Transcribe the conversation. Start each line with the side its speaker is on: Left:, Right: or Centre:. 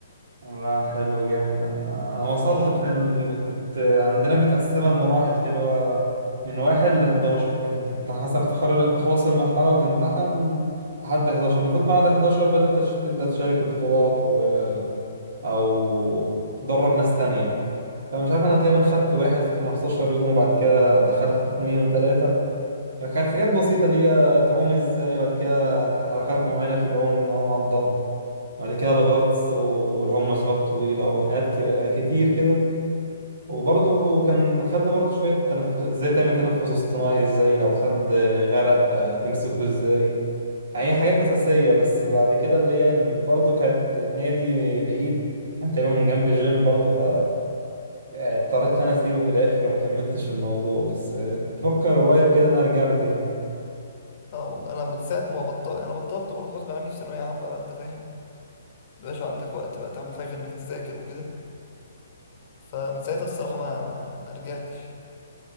Right: لا حلو جامد احنا انا
Left: ف-
Right: وصلت
Left: اه يعني
Right: يعني كنت عندنا متقسمة لمراحل كده هو من واحد لحداشر كانت انت حسب تخرج تخلص المرحلة وتمتحن لحد حداشر المفروض بعد حداشر بقى انت تش- تبدأ تشارك في بطولات و... أو تدرب ناس تانية فمش عارف أنا
Left: مهم.
Right: تقريبا خدت واحد في 15 يوم وبعد كده دخلت اتنين وتلاتة يعني كانت حاجات بسيطة اللي هي تعوم ازاي وبعد كده حركات معينة في العوم نعوم على الظهر وبعد كده الغطس والعوم مسافات طويلة وحاجات ك- كتير كده وبرضه هو كان خدنا برضه شوية تنفس ازاي تعمل تنفس اصطناعي ازاي لو حد غرق آه، تمسكه ازاي يعني هي حاجات
Left: مم.
Right: أساسية بس بعد كده اللي هي الم- برضه كانت النادي بعيد كان تقريبا من جنب الجيم برضه ف آه، اضطريت ان انا اسيبه في الاخر وما كملتش في الموضوع بس آه، بفكر قريب كده ان انا ارجع له تاني
Left: اه والله انا من ساعة ما بطلت انا بطلت برضه غصب عني في ثانوية عامة بقى انت فاهم مبقاش عندك وقت بقى تعمل حاجة غير انك تذاكر وكده فمن ساعتها الصراحة ما ما ما رجعتش